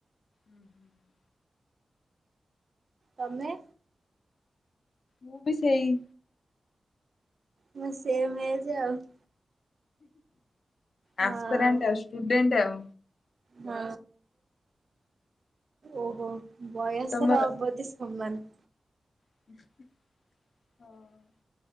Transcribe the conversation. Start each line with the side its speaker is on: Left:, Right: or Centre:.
Left: ହୁଁ, ହୁଁ।
Right: ତମେ?
Left: ମୁଁ ବି ସେଇ।
Right: ମୁଁ ସେମ୍ ଏଜ୍ ଆଉ। ହଁ।
Left: <inaudible> ଆସପରାଣ୍ଟ ଷ୍ଟୁଣ୍ଡେଟ ଆଉ।
Right: ହଁ, ଓହ। ବୟସର
Left: ଆଉ ତମର?
Right: ଅବଧି ସମାନ।
Left: ହଁ